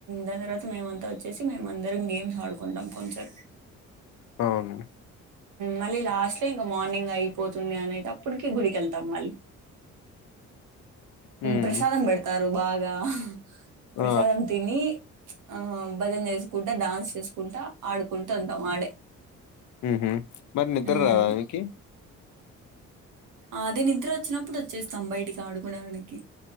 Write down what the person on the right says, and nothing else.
దాని తర్వాత మేమంతా వచ్చేసి మేము అందరం గేమ్స్ ఆడుకుంటాం కొంచెం.
మళ్ళీ లాస్ట్ లో ఇంకా మార్నింగ్ అయిపోతుంది. అనేటప్పటికి గుడికి వెళ్తాం మళ్ళీ.
ప్రసాదం పెడతారు బాగా
ప్రసాదం తిని ఆ భజన చేసుకుంటా, డాన్స్ చేసుకుంటా ఆడుకుంటా ఉంటాం ఆడే
ఉమ్,
అదే నిద్ర వచ్చినప్పుడు వచ్చేస్తాం బయటికి ఆడుకోడానికి